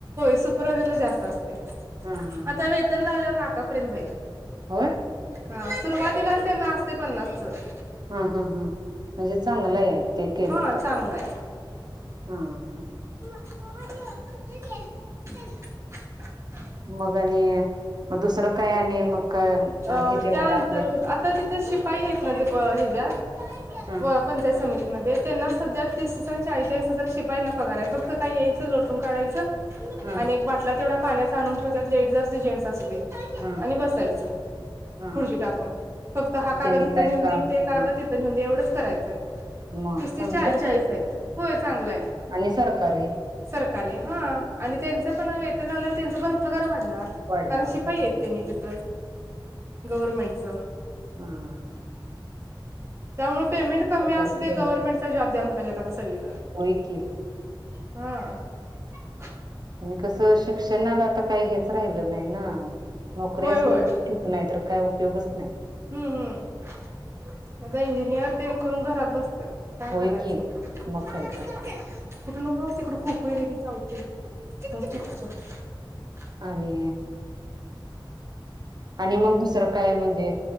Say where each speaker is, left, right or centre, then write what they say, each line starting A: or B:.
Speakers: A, on the right (about 35°); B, on the right (about 55°).
A: सुपरवाईजरला जास्त असते,
B: हा हा
A: आता
B: हा
A: वेतन लागल्यावर लाखापर्यंत जाईल.
B: होय?
A: हा सुरुवातीलाच त्यां ना असते पन्नास चं
B: हम हम हम म्हणजे चांगलं आहे ते केलं
A: हा
B: तर
A: चांगलंय
B: हा ह.
A: मावा <unintelligible>
B: मग आणि मग दुसरं काय आणि मग? काय
A: अ
B: ह्याच्यावर
A: त्या अंतर्गत
B: आपल्या
A: आता ति तर शिपाई आहेत ना जे प हच्यात
B: हा
A: पंचायत समिती? मध्ये त्यांना सध्या तीस दिस ळीस ज शिपायला पगाराय फक्त काही यायचं लोटून काढयचं
B: हा
A: आणि एक बाटला तेवढा पाण्याचा आणून ठेवतात लेडीज असू जेंट्स असू दे
B: हा
A: आणि बसायचं.
B: हा
A: खुर्ची टाकून फक्त हा कागद
B: त्यांनी
A: इथं
B: काय
A: नेऊन
B: काम
A: दे, ते कागद
B: हा हा
A: तिथ नेऊन दे एवढंच करायचंय.
B: मग
A: तीस तीस
B: चांगलं
A: चाळीस
B: आहे
A: चाळीस आहेत, होय चांगलं आहे.
B: आणि सरकारी
A: सरकारी हा आणि त्यांचं पण वेतन आल्यावर त्यांचा पण पगार वाढणार
B: वाढणार
A: कारण शिपाई
B: होच
A: येते
B: की
A: नाही तिथं. गवर्नमेंटचं
B: हम्.
A: त्यामुळे पेमेंट कमी अस
B: आहे केलं
A: दे गव्हर्नमेंटचा जॉब द्या म्हणायल्यात आता सगळीजण.
B: होय की
A: हा <unintelligible>
B: आणि कसं शिक्षणाला तर काही हेच राहिलं नाही ना. नोकरी
A: होय
B: असली
A: होय
B: की ठीक नाही तर काय उपयोग अस
A: हम्म, हम्म. आता इंजिनिअर ते न करून घरात बसत्यात. काय
B: होय
A: करायचं?
B: की
A: <unintelligible>
B: मग काय तर
A: कुठं नको तिकडं खोक येतंय ती चावतय. <unintelligible>
B: आणि आणि मग दुसरं काय म्हणजे,